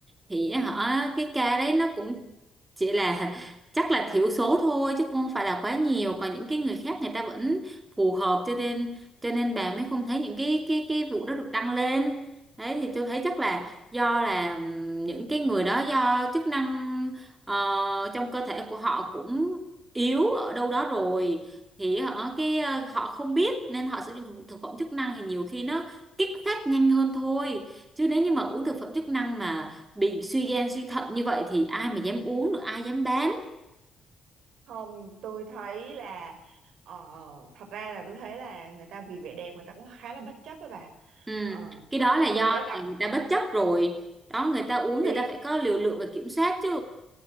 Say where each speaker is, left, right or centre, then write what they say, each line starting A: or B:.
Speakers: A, on the right; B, on the right.
A: thì họ cái ca đấy nó cũng chỉ là <laughs> chắc là thiểu số thôi chứ không phải là quá nhiều còn những cái người khác người ta vẫn phù hợp cho nên cho nên bà mới không thấy những cái cái cái vụ đó được đăng lên đấy thì tôi thấy chắc là do là những cái người đó do chức năng ờ, trong cơ thể của họ cũng yếu ở đâu đó rồi thì họ cái ờ, họ không biết nên họ sử dụng thực thực phẩm chức năng thì nhiều khi nó kích phát nhanh hơn thôi chứ nếu như mà uống thực phẩm chức năng mà bị suy gan suy thận như vậy thì ai mà dám uống nữa ai dám bán
B: không tôi thấy là ờ, thật ra là tôi thấy là người ta vì vẻ đẹp người ta cũng khá là bất chấp đó bà
A: ừ.
B: Ờ,
A: cái đó là
B: tôi
A: do
B: đã
A: là
B: gặp
A: người ta bất chấp rồi đó người ta uống
B: ý
A: người ta phải có liều lượng và kiểm soát chứ